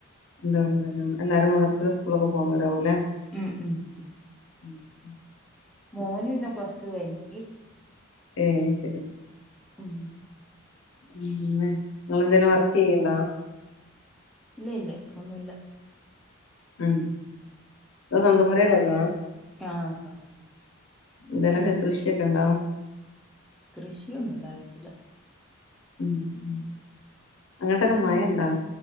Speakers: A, on the left; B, in the centre.
A: എന്ത ഉണ്ട് എല്ലാ എല്ലാവരും മദ്രസലും സ്കൂളിലൊക്കെ പോകുന്നവരാവൂല്ലേ.
B: ഉം ഉം
A: <inaudible>
B: മോൻ പിന്നെ പ്ലസ്ടു കഴിഞ്ഞിട്ട്
A: ഏഹ് ശരി
B: ഉം
A: ഉം നിങ്ങൾ എന്തേലും വർക്ക് ചെയ്യുന്നുണ്ടോ
B: ഇല്ല ഇല്ല ഒന്നുമില്ല
A: ഉം സ്വന്തം പൊരീലന്നേ
B: ആ രസണ്ട്
A: എന്തങ്കിലൊക്കെ കൃഷിയൊക്കെ ഉണ്ടോ
B: കൃഷിയൊന്നും ഉണ്ടായിരിക്കില്ല
A: ഉം ഉം അങ്ങോട്ടൊക്കെ മഴയുണ്ടോ